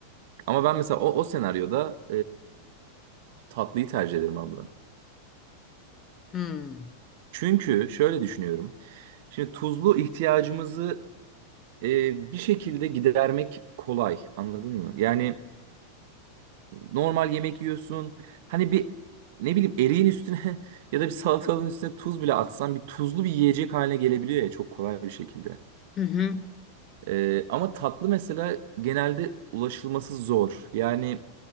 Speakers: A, on the right; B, on the left.
A: Ama ben mesela o, o senaryoda e, tatlıyı tercih ederim abla.
B: hı.
A: Çünkü şöyle düşünüyorum. Şimdi tuzlu ihtiyacımızı e, bir şekilde gidermek kolay anladın mı? Yani normal yemek yiyorsun hani bir ne bileyim eriğin üstüne <laughs> ya da bir salatalığın üstüne tuz bile atsan bir tuzlu bir yiyecek haline gelebiliyor ya çok kolay bir şekilde.
B: Hı hı.
A: Ee, ama tatlı mesela genelde ulaşılması zor. Yani